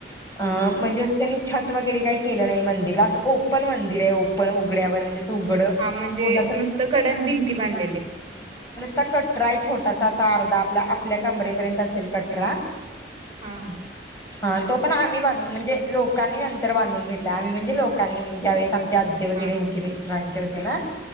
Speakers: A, on the left (about 15°); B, on the right (about 30°).
A: अ
B: हा
A: म्हणजे असं त्यांनी छत वगैरे काही केलं नाही मंदिरला ओपन मंदिर आहे, ओपन उघड्यावर म्हणजे असं उघड
B: हा म्हणजे
A: पूर्ण असं
B: नुसत कडन भिंती बांधलेली.
A: चा कटरा आहे छोटा तासा अर्धा आपला आप आपल्या कबरेपर्यंत असेल कटरा.
B: हा.
A: हा तो पण आम्ही बांधून म्हणजे लोकानी नंतर बधून घेतला आम्ही म्हणजे लो कानी ज्यावे आमचे आज्जी वगैरे
B: हा
A: यांचे मिस्टरां ज्योती ना